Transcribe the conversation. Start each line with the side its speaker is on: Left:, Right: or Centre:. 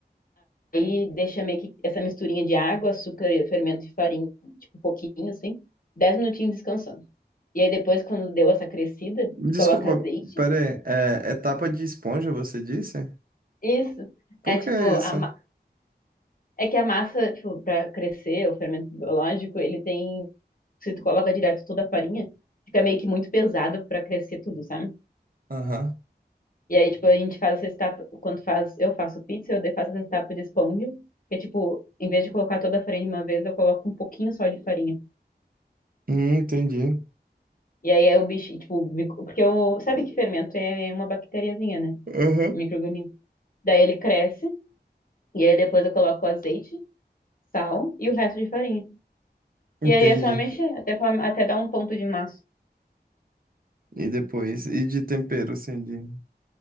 Left: Aí deixa meio que essa misturinha de água, açúcar, fermento e farinha, tipo um pouquinho assim, 10 minutinhos descansando. E aí depois, quando deu essa crescida,
Right: Desculpa,
Left: tu coloca azeite.
Right: pera aí. É, é tapa de esponja, você disse?
Left: Isso.
Right: Por
Left: É tipo,
Right: que
Left: a
Right: isso?
Left: ma- é que a massa, tipo, pra crescer, o fermento biológico, ele tem. Se tu coloca direto toda a farinha, fica meio que muito pesado pra crescer tudo, sabe?
Right: Aham.
Left: E aí, tipo, a gente faz essa etapa. Quando faz, eu faço pizza, eu faço essa etapa de esponja. Que é tipo, em vez de colocar toda a farinha de uma vez, eu coloco um pouquinho só de farinha.
Right: Hum, entendi.
Left: E aí é o bicho, tipo, mico- porque o, sabe que fermento é uma bactériazinha, né?
Right: Aham.
Left: Um microorganismo. Daí ele cresce, e aí depois eu coloco o azeite, sal e o resto de farinha.
Right: Entendi.
Left: E aí é só mexer, até, form- até dar um ponto de massa.
Right: E depois? E de tempero, assim, de... O